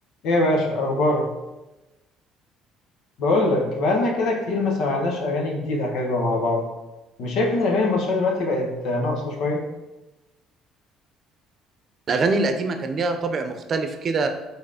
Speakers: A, on the left; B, on the right.
A: ايه يا باشا اخبارك بقول لك بقالنا كده كتير ما سمعناش اغاني جديده حلوه مع بعض مش شايف ان الاغاني المصريه دلوقتي بقت ناقصه شويه
B: الأغاني القديمة كان ليها طابع مختلف كده